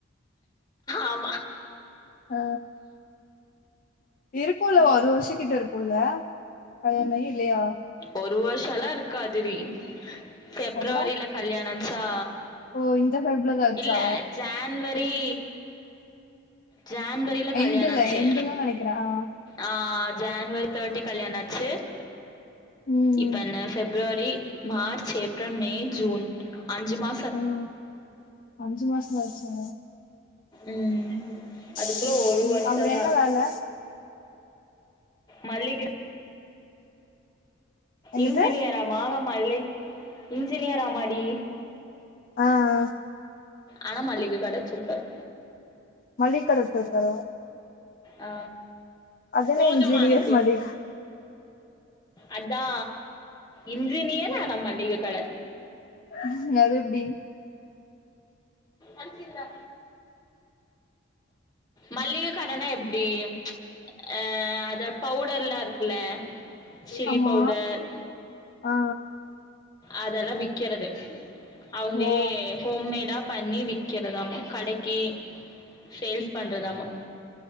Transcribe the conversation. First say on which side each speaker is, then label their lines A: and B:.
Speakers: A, on the left; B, on the left.
A: ஆமா
B: ஆ இருக்குல்ல ஒரு வருஷோ கிட்ட இருக்குல்ல கல்யாணமாகி இல்லையா
A: ஒரு வர்ஷொல்லா இருக்காதுடி ஃபிப்ரவரில
B: அப்புறோ
A: கல்யாண ஆச்சா
B: ஓ இந்த ஃபெப்லதா ஆச்சா
A: இல்ல ஜான்வரி ஜான்வரில கல்யாண
B: எண்டுல
A: ஆச்சு
B: எண்டுல நெனைக்கிறே ஆ
A: ஆ ஜான்வரி தேர்ட்டி கல்யாண ஆச்சு
B: ம்
A: இப்ப என்ன February March April May June அஞ்சு மா
B: ம் அஞ்சு மாஸ்தா ஆச்சா
A: ம் அதுக்குள்ள
B: சேரி
A: ஒரு
B: சேரி
A: வருஷல்ல
B: அவரு என்ன வேல
A: மல்லிக
B: என்னது
A: இன்ஜினியரா மானமல்லி இன்ஜினியரா மாடி
B: அ அ
A: ஆனா மல்லிக கடைச்சிருக்காரு
B: மல்லிகிக்கட வச்சிர்க்காரா
A: ஆ
B: அது என்ன
A: போதுமா
B: இன்ஜினியர்
A: எனக்கு
B: மளிக
A: அதா இன்ஜினியர் ஆனா மளிக கட
B: ம் அது எப்டி
A: அனசந்தா மல்லிக கடனா எப்டி அ அத பவுடர்லா இருக்குல்ல சில்லி
B: ஆமா
A: பவுடர்
B: ஆ
A: அதெல்லா விக்கறது அவுங்ளே
B: ஓ
A: ஹோம்மேடா பண்ணி விற்கிறதாமா கடைக்கு சேல்ஸ் பண்ணறதாமா